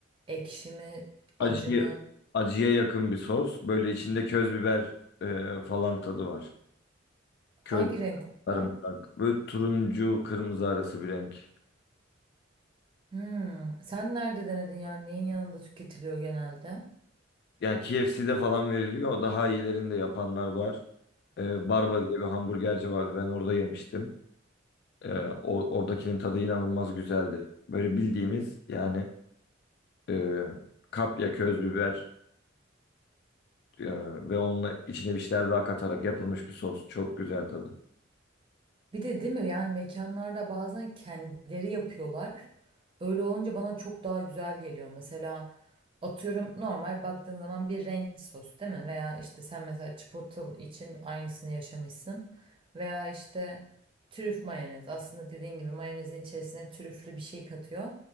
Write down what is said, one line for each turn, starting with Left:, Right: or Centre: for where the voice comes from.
Right: Ekşi mi?
Left: Acıya,
Right: Acı mı?
Left: acıya yakın bir sos. Böyle içinde köz biber e, falan tadı var. Köz,
Right: Hangi renk oluyor?
Left: sarımsak. Böyle turuncu, kırmızı arası bir renk.
Right: Hmm. Sen nerede denedin yani neyin yanında tüketiliyor genelde?
Left: Yani KFC'de falan veriliyor. Daha iyilerinde yapanlar var. E, Barba diye bir hamburgerci vardı. Ben orada yemiştim. E, o, oradakinin tadı inanılmaz güzeldi. Böyle bildiğimiz yani e, kapya, köz biber e, ve onunla içine bir şeyler daha katarak yapılmış bir sos. Çok güzel tadı.
Right: Bir de değil mi yani mekanlarda bazen kendileri yapıyorlar. Öyle olunca bana çok daha güzel geliyor. Mesela atıyorum normal baktığın zaman bir ranch sos değil mi? Veya işte sen mesela chipotle için aynısını yaşamışsın. Veya işte trüf mayonez. Aslında dediğin gibi mayonezin içerisine trüflü bir şey katıyor.